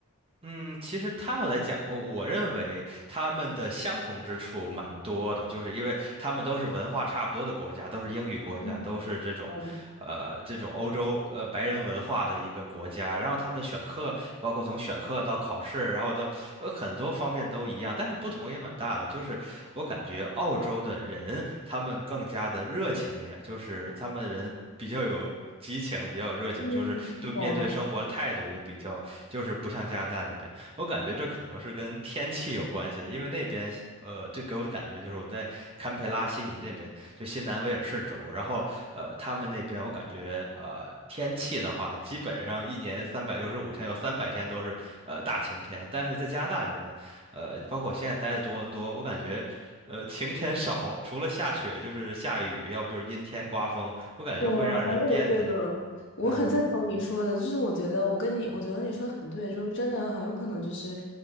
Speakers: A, on the right (about 25°); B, on the left (about 55°).
A: 嗯，其实他们来讲，我我认为他们的相同之处蛮多的，就是因为他们都是文化差不多的国家，都是英语国家，
B: 嗯
A: 都是这种，
B: 好的
A: 呃，这种欧洲呃白人文化的一个国家。然后他们选课，包括从选课到考试，然后到呃很多方面都一样，但是不同也蛮大的。就是我感觉澳洲的人他们更加的热情一点，就是他们人比较有。激情比较有热情，
B: 嗯，
A: 就是对面对生活的态度也比较。
B: 懂了。
A: 就是不像加拿大这边，我感觉这可能是跟天气有关系的，因为那边西呃，对，给我的感觉就是我在堪培拉、悉尼这边，就新南威尔士州，然后，呃，他们那边我感觉，呃，天气的话，基本上一年三百六十五天，有三百天都是，呃，大晴天，但是在加拿大这边，呃，包括我现在待的多伦多，我感觉。呃，晴天少，除了下雪就是下雨，要不就是阴天刮风，我感觉会让人变得这
B: 我很有这个，我很赞同你说的，
A: 嗯嗯，
B: 就是我觉得我跟你，我觉得你说的很对，就是真的很有可能就是，